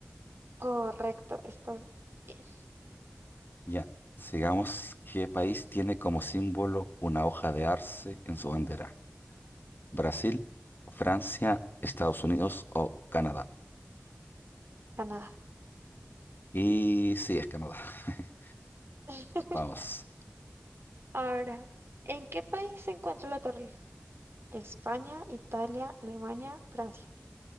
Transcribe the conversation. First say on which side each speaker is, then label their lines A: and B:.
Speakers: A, on the right; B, on the left.
A: correcto. Estás bien.
B: Ya, sigamos. ¿Qué país tiene como símbolo una hoja de arce en su bandera? ¿Brasil, Francia, Estados Unidos o Canadá?
A: Ganada.
B: Y sí, es Canadá. <laughs>
A: <laughs>
B: Vamos.
A: Ahora, ¿en qué país se encuentra la Torre Eiffel? España, Italia, Alemania, Francia.